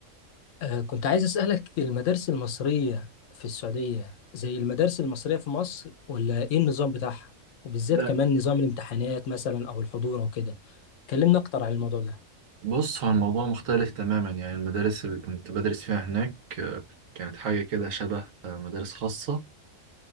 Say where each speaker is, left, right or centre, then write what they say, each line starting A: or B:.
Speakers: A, on the left; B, on the right.
A: آه، كنت عايز اسالك المدارس المصريه في السعوديه زي المدارس المصريه في مصر ولا ايه النظام بتاعها وبالذات
B: لا
A: كمان نظام الامتحانات مثلا او الحضور او كده كلمنا اكتر عن الموضوع ده
B: بص هو الموضوع مختلف تماما يعني المدارس اللي كنت بدرس فيها هناك آه، كانت حاجة كده شبه آه، مدارس خاصة